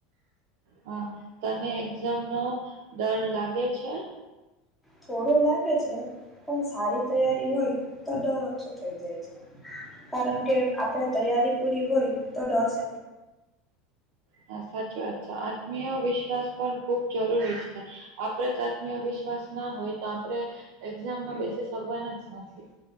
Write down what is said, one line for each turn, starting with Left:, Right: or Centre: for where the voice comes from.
Right: હા તને એક્ઝામ નો ડર લાગે છે
Centre: થોડું લાગે છે પણ સારી તૈયારી હોય તો ડર ઓછો થઈ જાય છે કારણ કે આપડે તૈયારી પૂરી હોય તો ડર શ
Right: હા સાચી વાત છે આત્મીય વિશ્વાસ પણ ખુબ જરૂરી છે આપણે જ આત્મી અવિશ્વાસ ના હોય તો આપણે એક્ઝામમાં બેસી સગવાના જ નથી